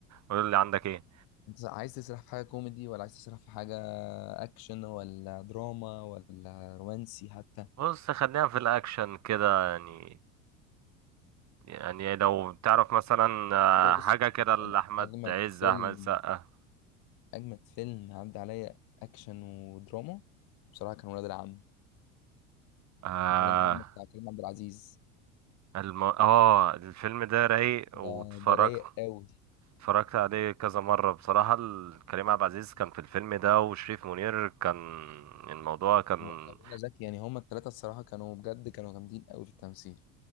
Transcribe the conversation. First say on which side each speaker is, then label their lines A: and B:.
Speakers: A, on the right; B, on the left.
A: قول لي عندك إيه
B: انت عايز تسرح في حاجة كوميدي ولا عايز تسرح في حاجة اكشن ولا دراما ولا رومانسي حتى
A: بص خلينا في الأكشن كده يعني يعني لو تعرف مثلا آه،
B: بص
A: حاجة كده لأحمد
B: يعني اجمد
A: عز
B: فيلم
A: أحمد السقا
B: اجمد فيلم عدى عليا اكشن ودراما بصراحة كان ولاد العم
A: آه
B: ولاد العم بتاع كريم عبد العزيز
A: الم... اه الفيلم ده رايق واتفرجت
B: ده ده رايق قوي
A: اتفرجت عليه كذا مرة بصراحة ال- كريم عبد العزيز كان في الفيلم ده وشريف منير كان الموضوع كان
B: ولا منى زكي يعني هما التلاتة الصراحة كانوا بجد كانوا جامدين قوي في التمثيل